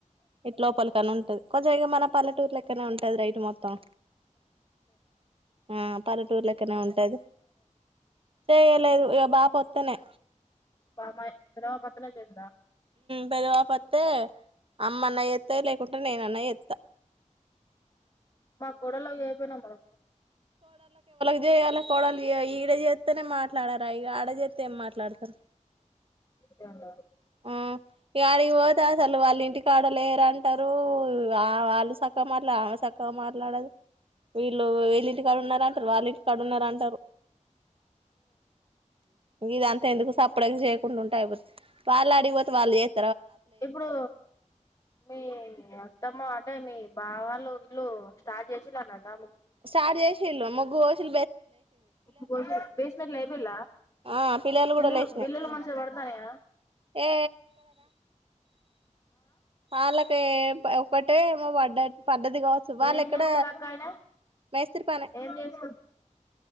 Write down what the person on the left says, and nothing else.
బ మాయ్ కొత్త <unintelligible>
మా కోడలు అయిపోయినా మ
అంతే అన్నారు
ఇప్పుడు మీ అత్తమ్మ అంటే మీ బా వాళ్ళు ఇల్లు స్టార్ట్ చేసిలా అన్నదా
బ బేస్మెంట్లు లేపిల్లా
బిల్లులు
బిల్లులు మంచిగా పడతాయా
ఏం
చేస్తాడు అక్క ఆయన
ఏం చేస్తాడు